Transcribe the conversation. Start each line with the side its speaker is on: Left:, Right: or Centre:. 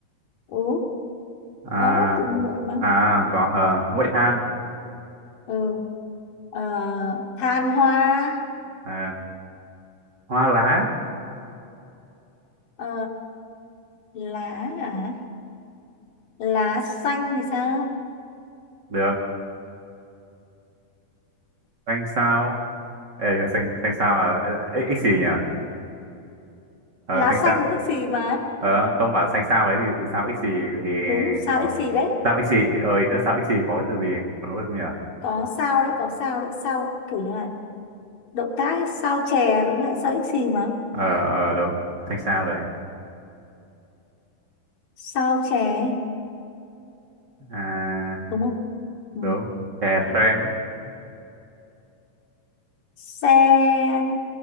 Left: Ừ,
Right: à
Left: có từ muội mà.
Right: à có ờ muội than
Left: Ừ. Ờ, than hoa.
Right: ờ, hoa lá
Left: Ờ, lá à lá xanh thì sao
Right: được xanh sao Ê, nhờ, xanh xanh sao là x, x xì nhỉ ờ
Left: lá
Right: xanh
Left: xanh
Right: sao
Left: cũng ích xì mà
Right: ờ không bảo xanh sao ấy thì từ sao x xì thì
Left: đúng sao
Right: có
Left: ích xì đấy
Right: sao ích xì ơi đã sao ích xì có cái từ gì có nỗi không nhỉ
Left: có sao đấy có sao đấy sao kiểu như là động tác sao chè vẫn lại sao ích xì mà
Right: ờ ờ đúng thanh sao đấy
Left: sao chè ấy,
Right: à,
Left: đúng không ừ.
Right: đúng chè sen
Left: sen